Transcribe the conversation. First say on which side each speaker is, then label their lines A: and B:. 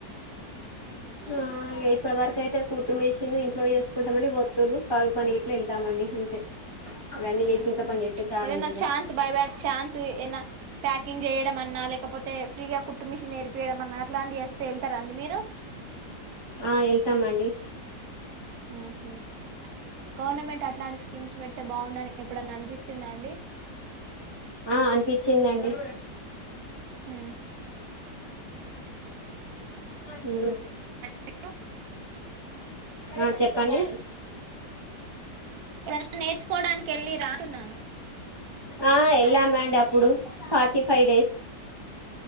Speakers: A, on the right (about 20°); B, on the right (about 60°).
A: ఆ ఇగ ఇప్పటి వరకైతే కుట్టు మీషిన్ ఇంట్లో జేస్కుంటామండి ఒత్తులు కరువు పని గిట్లా వెళ్తామండి అంతే అవన్నీ
B: ఉహ్మ
A: చేసి ఇంట్లో పని చేస్తే
B: ప్చ్
A: చాలండి
B: ఏదన్న
A: ఇక
B: ఛాన్స్ బైబ్యాక్ ఛాన్స్ ఏన్న ప్యాకింగ్ చేయడం అన్నా లేకపోతే ఫ్రీ గ కుట్ టు మిషన్ నేర్పియడం అన్నా అట్లాంటి వస్తే వెళ్తారండి మీరు
A: ఆ వెళ్తామండి
B: ఉహూ గవర్నమెంట్ టట్లాంటి స్కీమ్స్ పెడ్తే బావుండాలని ఎప్పుడన్నా అనిపిచ్చిందా అండి
A: ఆ అనిపించిందండి
B: ఉమ్
A: హూ
B: <inaudible>
A: ఆ చెప్పండి
B: ఏదన్నా నేర్చుకోవడాన్కి వెళ్ళి రాతున్నాను
A: ఆ వెళ్ళామండి అప్పుడు ఫార్టీ ఫైవ్ డేస్